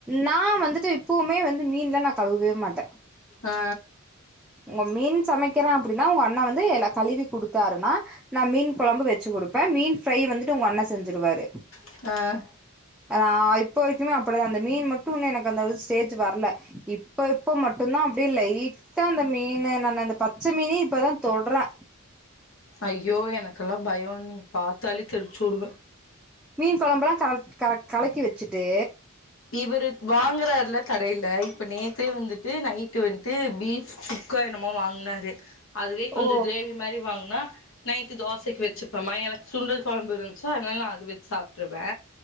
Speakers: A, in the centre; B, on the left.
A: நா வந்துட்டு இப்பவுமே வந்து மீன்லா நா கழுவவே மாட்டே
B: ஆ
A: உங்க மீன் சமைக்கிறே அப்டின்னா உங்க அண்ணன் வந்து எல்லா கழுவி குடுத்தாருன்னா நா மீன் குழம்பு வச்சு கொடுப்பே மீன் ஃப்ரை வந்துட்டு உங்க அண்ணன் செஞ்சுருவாரு
B: ஆ
A: நா இப்போ வரைக்குமே அப்டிதா அந்த மீன் மட்டு இன்னு எனக்கு அந்த ஸ்டேஜ் வரல இப்ப இப்ப மட்டும்தா அப்டியே லைட் ட்டா அந்த மீன் நா அந்த பச்சை மீனையே இப்பதா தொடுறே
B: ஐயோ எனக்கெல்லா பயம் அண்ணி பாத்தாலே தெரிச்சு ஓடு
A: மீன் குழம்புல்லா கர கல கலக்கி வச்சுட்டு
B: இவரு வாங்குறாருல கடையில இப்ப நேத்தே வந்துட்டு நைட்டு வந்ட்டு பீஃப் சுக்கா என்னமோ வாங்குனாரு அதுவே கொஞ்ச
A: ஓ
B: கிரேவி மாரி வாங்குனா நைட்டு தோசைக்கு வச்சுப்பம்மா எனக்கு சுண்டல் குழம்பு இருந்ச்சு அதனால நா அத வச்சு சாப்ட்டுருவே